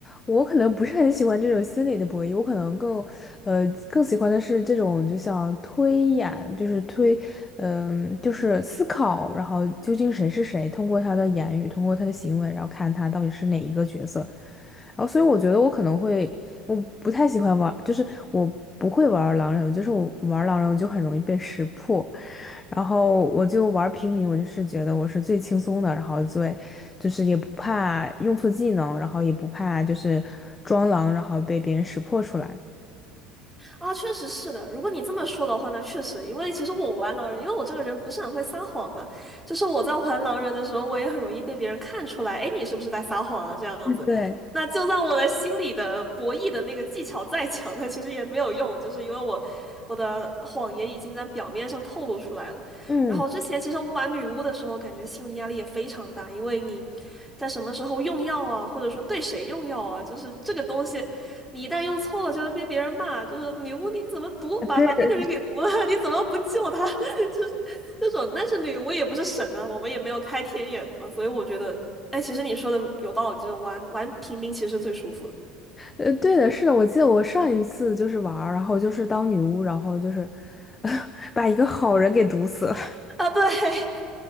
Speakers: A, on the left; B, in the centre.
A: 我可能不是很喜欢这种心理的博弈，我可能更，呃，更喜欢的是这种就像推演，就是推，嗯、就是思考，然后究竟谁是谁，通过他的言语，通过他的行为，然后看他到底是哪一个角色。然后，所以我觉得我可能会，我不太喜欢玩，就是我不会玩狼人，就是我玩狼人我就很容易被识破，然后我就玩平民，我就是觉得我是最轻松的，然后最就是也不怕用错技能，然后也不怕就是装狼，然后被别人识破出来。
B: 啊，确实是的。如果你这么说的话，那确实，因为其实我玩狼人，因为我这个人不是很会撒谎嘛，就是我在玩狼人的时候，我也很容易被别人看出来，哎，你是不是在撒谎啊？这样子，
A: 对，
B: 那就算我的心里的博弈的那个技巧再强，那其实也没有用，就是因为我我的谎言已经在表面上透露出来了。
A: 嗯，
B: 然后之前其实玩女巫的时候，感觉心理压力也非常大，因为你在什么时候用药啊，或者说对谁用药啊，就是这个东西。你一旦用错了，就会被别人骂，就是女巫你怎么毒，
A: 啊对的
B: 把把那个人给毒了，<laughs> 你怎么不救他？<laughs> 这种，但是女巫也不是神啊，我们也没有开天眼的嘛，所以我觉得，哎，其实你说的有道理，就是玩玩平民其实最舒服的
A: 呃，对的，是的，我记得我上一次就是玩儿然后就是当女巫，然后就是 <laughs> 把一个好人给毒死了。
B: 啊，对。<laughs>